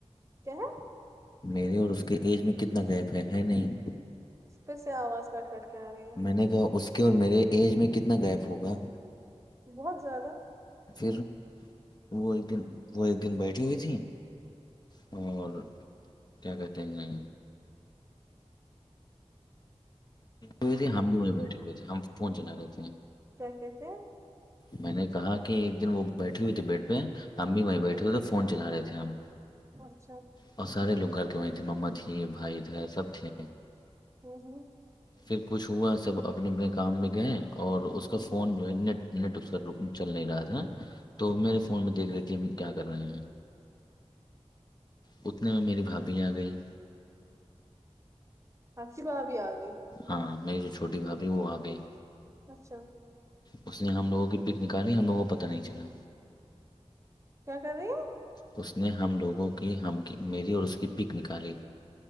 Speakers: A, on the right; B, on the left.
A: کیا
B: میرے اور اس کے ایج میں کتنا گیپ ہے ہے نہیں
A: کسے آواز کٹ کٹ کے آی
B: میں نے کہ اس کے اور میرے ایج میں کتنا گیپ ہوگا
A: بہت زیادہ
B: پھر وہ ایک دن وہ ایک دن بیٹھی ہوئی تھی اور کیا کہتے ہیں ہوئے تھے ہم بھی وہیں بیٹھے ہوئے تھے ہم فون چلا رہے تھے
A: کیا کہتے ہیں
B: میں نے کہا کہ ایک دن وہ بیٹھی ہوئی تھی بیڑ پہ ا بھی وہیں بیٹھے
A: ہوں،
B: ہوئے تھ فون چلا رہے تھے ہم
A: اچھا
B: اور سارے لوگ گھر کے وہیں تھے ما تھی بھائی تھے سب تھے
A: ہمم ہمم
B: پھر کچھ ہوا سب اپنے اپنے کام میں گئے اور اس کا
A: ہوں۔
B: فون نیٹ نیٹ اس کا چل نہیں رہا تھا تو میرے فون میں دیکھ رہے تھی ہم کیا کر رہے ہیں
A: <inaudible>
B: اتنے میں میری بھابھی آ گئی
A: اپ کی بھا بھی آ گئی
B: ہاں میری جو چھوٹی بھابھی وہ آ گئی
A: اچھا
B: اس نے ہم لوگوں کی پک نک آنی ہم لوگوں کو پتہ نہیں چلا
A: کیا کر رہی ہیں
B: اس نے ہم لوگوں کی ہم میری اور اس کی پیک نکالی